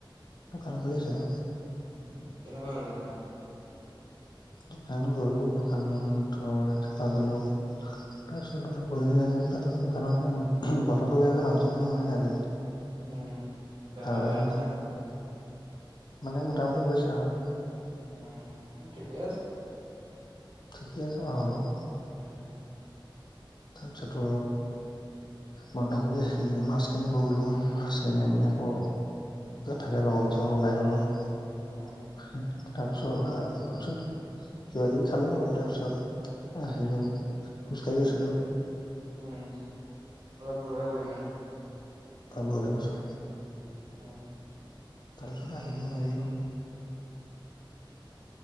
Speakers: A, on the left (about 55°); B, on the right (about 80°).
A: দোকান খুলিছিলো।
B: উম, কেনেকুৱা হ'ল দোকান।
A: দোকান গলোঁ দোকানৰ ওঠৰ ৰাতিপুৱা গলোঁ। তাৰপিছত দোকান কৰি আহিলোঁ তাৰপিছত দোকানত বতৰটো বেয়া যে মানুহ চানুহ ইমান নাই আজি
B: উম, বেপাৰ
A: ভাল
B: বেয়া
A: কৰিছে
B: মানে আজি।
A: মানে মোটামুটি গৈছে আৰু
B: উম, ঠিকেই আছে।
A: ঠিকে আছে বাৰু হ'লেও
B: উম।
A: তাৰ পিছতো বন্ধ কৰি আহিলোঁ। মাছ কিনিব গলোঁ মাছ যেনে আমি
B: উম
A: আকৌ ফালে লগৰ কেইজনৰ লগত ওলাই গ'লোঁ তাৰপিছত,
B: উম
A: ওঠচোন কিবা কিবি খালোঁ আৰু তাৰপিছত আহিলোঁ। খোজকাঢ়
B: উম
A: গৈছিলোঁ।
B: উম, অলপ দৌৰা কৰি মানে
A: আগলৈ গৈছোঁ।
B: অহ'
A: তাৰপিছত আহিলোঁ মাৰিলোঁ।